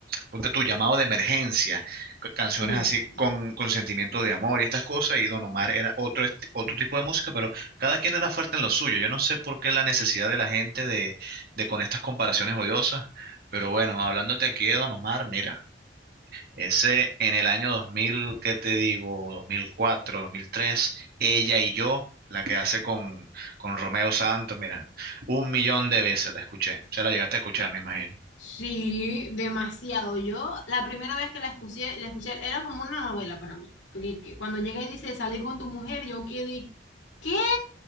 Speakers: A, on the right; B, on the left.
A: ponte tu llamado de emergencia, c- canciones
B: Uh,
A: así
B: sí.
A: con, con sentimiento de amor y estas cosas. Y Don Omar era otro, est- otro tipo de música, pero cada quien era fuerte en lo suyo. Yo no sé por qué la necesidad de la gente de, de con estas comparaciones odiosas, pero bueno, hablándote aquí de Don Omar, mira, ese en el año 2000 ¿qué te digo? dos dos mil cuatro dos mil tres ella y yo, la que hace con, con Romeo Santos, mira, un millón de veces la escuché. Se la llegaste a escuchar, me imagino.
B: <laughs> sí, demasiado. Yo la primera vez que la escuché, la escuché era como una novela para mí, porque que- cuando llega y dice salí con tu mujer, yo quedé, ¿qué?